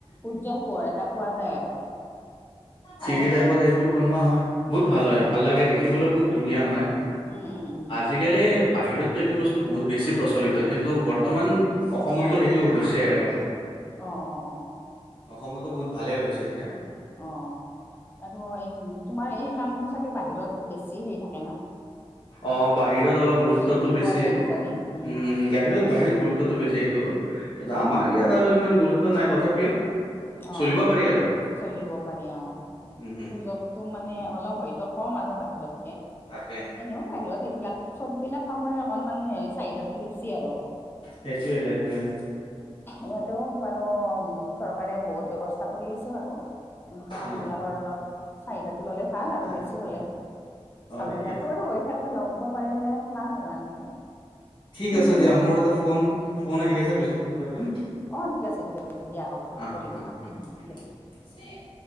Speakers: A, on the left; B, on the left.
A: উজ্জ্বল পোহৰ এটা পোৱা যায় আৰু। পাইছো
B: চিৰি টাইপত সেইবোৰ বনোৱা হয় বহুত ভাল
A: অ
B: হয় ভাল লাগে দেখিবলৈও খুব ধুনীয়া হয়।
A: উমঁ' উমঁ'।
B: আজিকালি বাহিৰততো এইটো বস্তু বহুত বেছি প্ৰচলিত কিন্তু বৰ্তমান অসমতো সেই টো হৈছে আৰু।
A: অঁ' অঁ' অঁ'।
B: অসমতো বহুত ভালেই হৈছে এতিয়া।
A: অঁ' আৰু এই তোমাৰ এই কামটো চাগে বাহিৰত বেছি সেই থা
B: অঁ' বাহিৰত অলপ গুৰুত্বটো
A: সুযোগটো
B: বেছি।
A: পোৱা যায়
B: উমঁ'
A: কিজানি উম
B: বাহিৰত বাহিৰত গু ৰুত্বটো বেছি এইটোৰ। কিন্তু
A: উম
B: আমাৰ
A: উম
B: ইয়াত আৰু সিমান গুৰুত্ব নাই তথাপিও-
A: অঁ'
B: চলিব পাৰি আৰু
A: চলিব পাৰি অঁ'
B: উম, উম।
A: সুযক টো মানে অলপ হয়তো কম আৰু বাহিৰতকে।
B: তাকে
A: এনেও বাহিৰত এইবিলাক চ'ব বিলাক কামৰে অকনমান হে চাহিদাটো বেছি আৰু।
B: সেইটোৱে সেইটোৱে।
A: ইয়াতো বাৰু চৰকাৰে বহুত ব্যৱস্থা কৰি আছে বাৰু। এনেকুৱা কামবিলাকৰ
B: অ'
A: অলপ- চাহিদাটো ল'লে ভাল আৰু
B: তাক
A: বেছি হ'লে।
B: হয়
A: কাম
B: দিয়া
A: বিলাকতো বাৰু হৈয়ে থাকে লম। পাৰিলে ভাল আৰু <unintelligible>
B: ঠিক
A: তুমিওচোন
B: আছে দিয়া, মোৰ এটা ফোন-ফোন আহি আছে পিছত কথা পাতিম।
A: অঁ' ঠিক আছে ঠিক আছে দিয়া হ'ব দিয়া
B: আহ,
A: কৰিবা
B: আহ।
A: ফোন উমঁ' উমঁ' দিয়া।
B: <unintelligible>